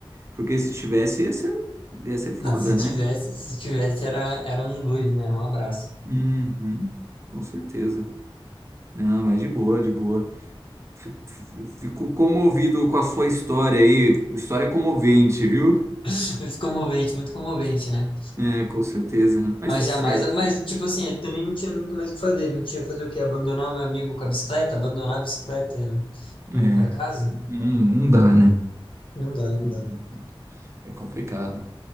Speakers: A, on the right; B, on the left.
A: Porque se tivesse, ia ser, ia ser foda,
B: Não, se tivesse,
A: né?
B: se tivesse, era, era um dois, né? Era um abraço.
A: Uhum, com certeza. Não, mas de boa, de boa. Fico, fico comovido com a sua história aí. História comovente, viu?
B: <laughs> Muito comovente, muito comovente, né?
A: É, com certeza, né? Mas
B: Mas
A: tá
B: jamais,
A: certo,
B: mas
A: mano.
B: tipo assim, ele também não tinha muito mais o que fazer. A gente ia fazer o quê? Abandonar o meu amigo com a bicicleta? Abandonar a bicicleta
A: É,
B: e ir pra casa?
A: não, não dá, né?
B: Não dá, não
A: Não
B: dá.
A: dá. É complicado.